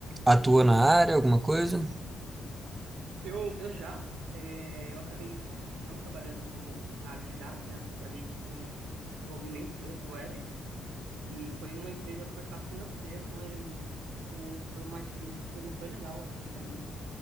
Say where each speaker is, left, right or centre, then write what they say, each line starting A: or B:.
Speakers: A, on the right; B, on the right.
A: atuou na área, alguma coisa?
B: Eu, eu já, é, eu acabei não trabalhando como na área de dados, né? Eu trabalhei com desenvolvimento mesmo, web, e foi numa empresa do mercado financeiro, mas, tipo, foi uma experiência que não foi legal, assim, para mim.